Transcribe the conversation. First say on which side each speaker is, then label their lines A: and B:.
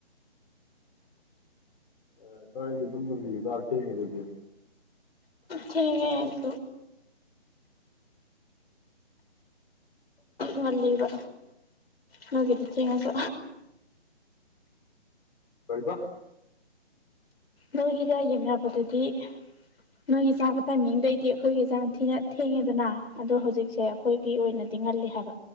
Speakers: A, on the left; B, on the left.
A: ꯑꯥ ꯅꯪꯗꯤ ꯗꯨꯝ ꯅꯨꯡꯇꯤꯒꯤ ꯆꯥꯛ ꯊꯦꯡꯉꯤꯗꯨꯗꯤ
B: ꯊꯦꯡꯉꯦ ꯉꯜꯂꯤꯕ ꯅꯣꯏꯒꯤꯗꯤ ꯊꯦꯡꯉꯁꯨ
A: ꯀꯩꯕ
B: ꯅꯣꯏꯒꯤꯒ ꯌꯦꯡꯅꯕꯗꯨ ꯗꯤ ꯅꯣꯏꯒꯤ ꯆꯥꯕ ꯇꯥꯏꯃꯤꯡꯗꯩꯗꯤ ꯑꯩꯈꯣꯏꯒꯤ ꯌꯥꯝ ꯊꯤꯅ ꯊꯦꯡꯉꯦꯗꯅ ꯑꯗꯣ ꯍꯧꯖꯤꯛꯁꯦ ꯑꯩꯈꯣꯏꯒꯤ ꯑꯣꯏꯅ ꯗꯤ ꯉꯜꯂꯤ ꯍꯥꯏꯕ